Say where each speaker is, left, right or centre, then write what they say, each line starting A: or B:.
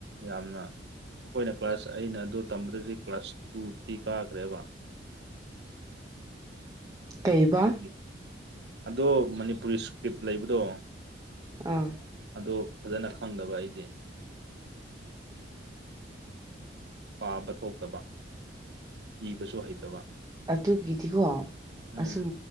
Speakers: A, on the right (about 70°); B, on the right (about 20°).
A: ꯌꯥꯝꯅ ꯑꯩꯈꯣꯏꯅ ꯀ꯭ꯂꯥꯁ ꯑꯩꯅ ꯑꯗꯨ ꯇꯝꯕꯗꯗꯤ ꯀ꯭ꯂꯥꯁ ꯇꯨ ꯊ꯭ꯔꯤ ꯀꯥꯈ꯭ꯔꯦꯕ
B: ꯀꯩꯕꯥ
A: ꯑꯗꯨꯒꯤ ꯑꯗꯣ ꯃꯅꯤꯄꯨꯔꯤ ꯏꯁꯀ꯭ꯔꯤꯞ ꯂꯩꯕꯗꯣ
B: ꯑꯥ
A: ꯑꯗ‌ꯣ ꯐꯖꯅ ꯈꯪꯗꯕ ꯑꯩꯗꯤ ꯄꯥꯕ ꯊꯣꯛꯇꯕ ꯏꯕꯁꯨ ꯍꯩꯇꯕ
B: ꯑꯗꯨꯒꯤꯗꯤꯀꯣ
A: ꯎꯝ
B: ꯑꯁꯨꯝ